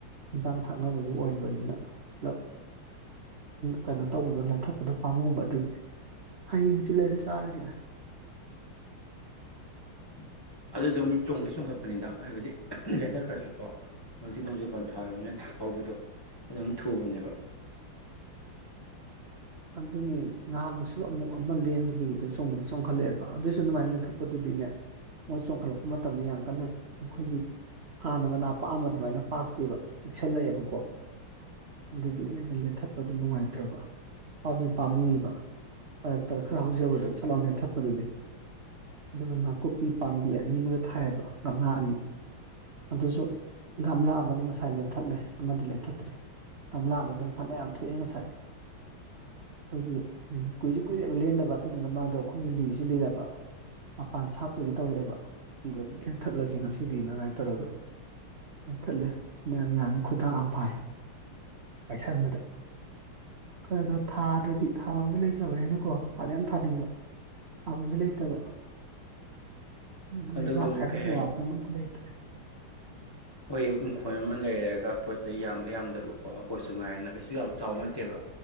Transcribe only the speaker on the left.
<unintelligible> ꯑꯗꯨ ꯑꯗꯨꯝ ꯆꯣꯡꯗꯤ ꯆꯣꯡꯈꯠꯄꯅꯤꯗ ꯍꯥꯏꯕꯗꯤ ꯂꯦꯟꯇꯛ ꯈꯔꯁꯨꯀꯣ ꯍꯥꯏꯕꯗꯤ ꯅꯣꯡꯖꯨꯄꯥꯟ ꯊꯥꯕꯅꯤꯅ ꯍꯧꯕꯗꯣ ꯑꯗꯨꯝ ꯊꯨꯕꯅꯦꯕ
<inaudible>
ꯑꯗꯨꯗꯨꯝ
ꯀꯩ
ꯍꯥꯏꯅꯤ
ꯍꯣꯏ ꯏꯪꯈꯣꯜ ꯑꯃ ꯂꯩꯔꯒ ꯄꯣꯠ ꯆꯩ ꯌꯥꯝꯕ ꯌꯥꯝꯗꯕꯀꯣ ꯀꯣꯏꯠꯁꯨ ꯉꯥꯏꯔꯅ ꯀꯩꯁꯨ ꯌꯥꯝ ꯆꯥꯎ ꯅꯠꯇꯦꯕ